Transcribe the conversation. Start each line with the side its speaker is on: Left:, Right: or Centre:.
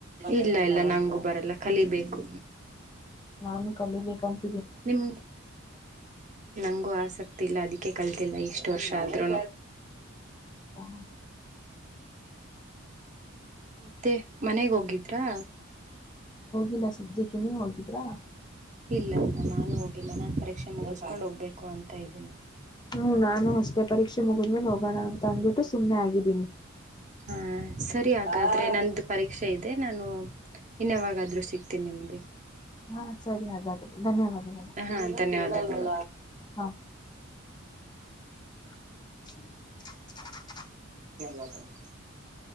Right: ಇಲ್ಲ ಇಲ್ಲ ನಂಗು ಬರಲ್ಲ ಕಲಿಬೇಕು
Left: ನಾನು ಕಲಿಬೇಕಂತ
Right: ನಿಮಗೆ ನಂಗೂ ಆಸಕ್ತಿ ಇಲ್ಲ ಅದಕ್ಕೆ ಕಲ್ತಿಲ್ಲ ಇಷ್ಟ ಎ ವರ್ಷ ಆದ್ರೂ
Left: ಹಾ,
Right: ಮತ್ತೆ ಮನೆಗೆ ಹೋಗಿದ್ರಾ
Left: ಇಲ್ಲ ಸದ್ಯಕ್ಕೆ ನೀ ಹೋಗಿದ್ರಾ
Right: ಇಲ್ಲ ಇಲ್ಲ ನಾನು ಹೋಗಿಲ್ಲ ನಾನ್ ಪರೀಕ್ಷೆ ಮುಗಿಸಕೊಂಡ್ ಹೋಗ್ಬೇಕು ಅಂತ ಇದ್ದೀನಿ.
Left: ಹ್ಮ್ ನಾನು ಅಷ್ಟೇ ಪರೀಕ್ಷೆ ಮುಗಿದ್ಮೇಲೆ ಹೋಗೋಣ ಅಂತ ಅಂದ್ಬಿಟ್ಟು ಸುಮ್ಮ್ನೆ ಆಗಿದ್ದೀನಿ
Right: ಹಾ ಸರಿ ಹಾಗಾದರೆ ನನ್ನ ಪರೀಕ್ಷೆ ಇದೆ ನಾನು ಇನ್ ಯವಾಗಾದರೂ ಸಿಗ್ತೀನಿ ನಿಮಗೆ
Left: ಹಾ ಸರಿ ಹಾಗಾದ್ರೆ ಧನ್ಯವಾದಗಳು
Right: ಹ ಹಾ ಧನ್ಯವಾದಗಳು
Left: ಹಾ <unintelligible>
Right: <unintelligible>